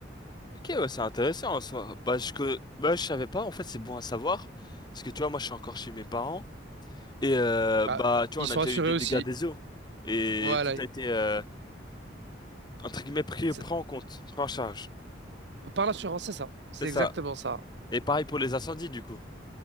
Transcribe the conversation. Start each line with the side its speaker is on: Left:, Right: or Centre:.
Left: Ok, ouais, c'est intéressant en soi. Bah, je, co- bah, je savais pas, en fait, c'est bon à savoir. Parce que tu vois, moi, je suis encore chez mes parents. Et euh,
Right: Bah,
Left: bah, tu vois,
Right: ils
Left: on
Right: sont
Left: a déjà
Right: assurés
Left: eu des
Right: aussi.
Left: dégâts des eaux. Et
Right: Voilà.
Left: tout a été, euh, entre guillemets, pris,
Right: C'est-
Left: pris en compte, pris en charge.
Right: Par l'assurance, c'est ça. C'est
Left: C'est ça.
Right: exactement ça.
Left: Et pareil pour les incendies, du coup.